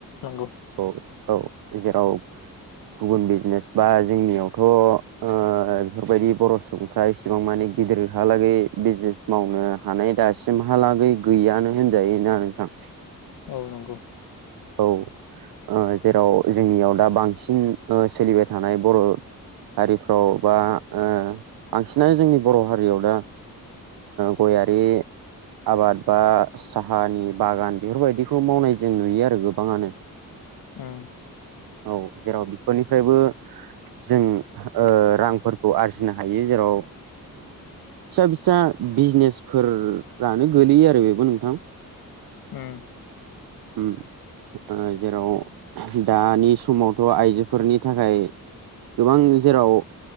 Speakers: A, on the left; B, on the right.
A: नंगौ।
B: औ औ जेराव गुबुन बिजनेस बा जोंनियावथ' ओ बेफोरबायदि बर' सुबुंफ्रा इसेबां मानि गिदिरहालागै बिजनेस मावनो हानाय दासिमहालागै गैयानो होनजायोना नोंथां।
A: औ नंगौ।
B: औ ओ जेराव जोंनियाव दा बांसिन सोलिबाय थानाय बर' हारिफ्राव बा बांसिनानो जोंनि बर' हारियाव दा ओ गयारि आबाद बा साहानि बागान बेफोरबायदिखौ मावनाय जों नुयो। आरो गोबाङानो
A: ओम
B: औ जेराव बिफोरनिफ्रायबो जों ओ रांफोरखौ आरजिनो हायो जेराव फिसा फिसा बिजनेसफोरानो गोलैयो आरो बेबो नोंथां
A: ओम
B: ओम। ओ जेराव दानि समावथ' आइजोफोरनि थाखाय गोबां जेराव